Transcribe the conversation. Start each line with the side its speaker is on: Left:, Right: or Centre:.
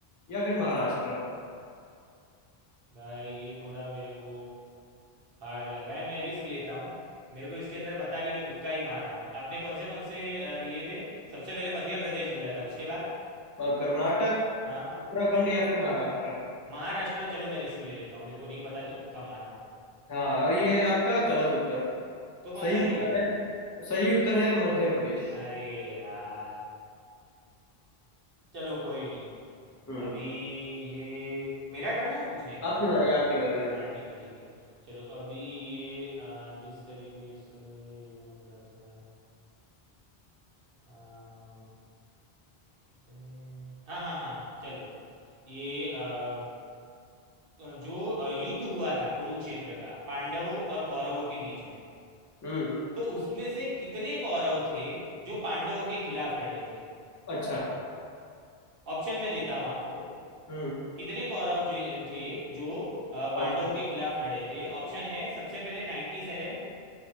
Left: या फिर महाराष्ट्र
Right: भाई ये थोड़ा मेरे को हार्ड लग रहा है मैं रिस्क लेता हूँ मेरे को इसके अंदर पता नहीं मैं तुक्का ही मार रहा हूँ आपने कौन से कौन से अ, दिए थे सबसे पहले मध्य प्रदेश बोला था उसके बाद
Left: अ, कर्नाटक
Right: हाँ
Left: उत्तराखंड या फिर महाराष्ट्र
Right: महाराष्ट्र चलो मैं रिस्क ले लेता हूँ मेरे को नहीं पता है तो तुक्का मार रहा हूँ
Left: हाँ और ये है आपका गलत उत्तर
Right: तो कौन
Left: सही
Right: सा सही
Left: उत्तर
Right: है
Left: है सही उत्तर है मध्य प्रदेश
Right: अरे यार चलो कोई नहीं
Left: हम्म
Right: अभी ये मेरा टर्न है ना पूछने का
Left: आपकी बारी आपकी बारी हाँ
Right: हाँ
Left: जी
Right: ठीक है ठीक है चलो अभी ये आ, जिस तरीके से ये मैंने बोला था आ, कितने हाँ हाँ हाँ हाँ चलो ये अम, जो अ, युद्ध हुआ था कुरुक्षेत्र का पांडवों और कौरवों के बीच में
Left: हम्म
Right: तो उसमें से कितने कौरव थे जो पांडवों के खिलाफ लड़े थे
Left: अच्छा
Right: ऑप्शन मैं देता हूँ आपको
Left: हम्म
Right: कितने कौरव जे- थे जो अ,
Left: पाँच
Right: पांडवों
Left: सौ।
Right: के खिलाफ लड़े थे ऑप्शन है सबसे पहले नाइन्टी सेवन